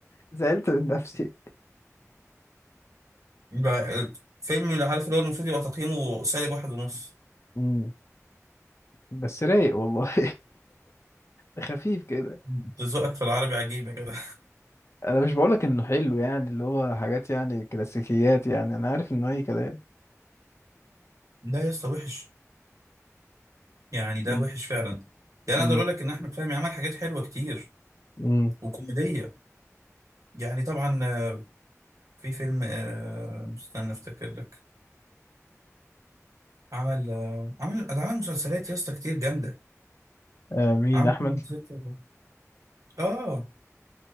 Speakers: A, on the left (about 55°); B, on the right (about 80°).
A: زعلت من نفسي
B: بقى- فيلم اللي عارف اللي هو المفروض يبقى تقييمه سالب واحد ونص
A: مم. بس رايق والله <laughs> خفيف كده
B: أنت ذوقك في العربي عجيب يا جدع
A: انا مش بقولك انه حلو يعني اللي هو حاجات يعني كلاسيكيات يعني انا عارف انه اي كلام
B: لا يا اسطى وحش يعني ده
A: مم.
B: وحش فعلا يعني
A: مم.
B: اقدر اقول لك ان احمد فهمي عمل حاجات حلوه كتير
A: مم.
B: وكوميديه يعني طبعا آه، في فيلم آه، استنى افتكر لك عمل آه، عمل ده عمل مسلسلات يا اسطى كتير جامده
A: آه، مين
B: عمل
A: احمد
B: مسلسل اه